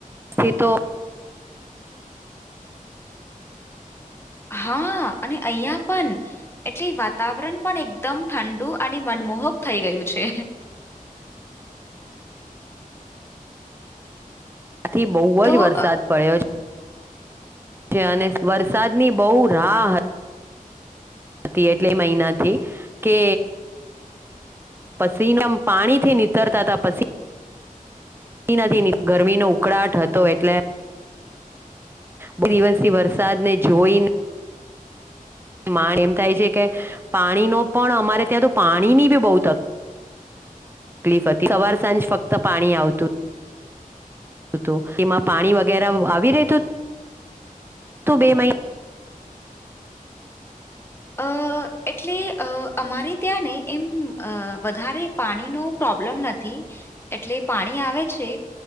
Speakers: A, on the right (about 15°); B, on the left (about 15°).
A: સે તો
B: હા અને અહિયાં પન એટલે વાતાવરણ પણ એકદમ ઠંડુ અને મન મોહક થઈ ગયું છે
A: <inaudible> આથી બઉ
B: તો
A: જ વરસાદ
B: અ
A: પડ્યો. <unintelligible> અને વરસાદની બઉ રાહ હતી. હતી એટલે મહિનાથી કે પસીના મ પાણીથી નીતરતા હતા પસી <unintelligible> નથી ગરમીનો ઉકળાટ હતો એટલે બે દિવસથી વરસાદને જોઈને માણ એમ થાય છે કે પાણી નો પણ અમારે ત્યાં તો પાણી ની બી બહુ તક કલીફ હતી સવાર સાંજ ફક્ત પાણી આવતું. તો એમાં પાણી વગેરા આવી રહેતું? તું બે મહી <inaudible>
B: અ એટલે અ અમારે ત્યાં ને એમ અ વધારે પાણીનો પ્રોબ્લેમ નથી. એટલે પાણી આવે છે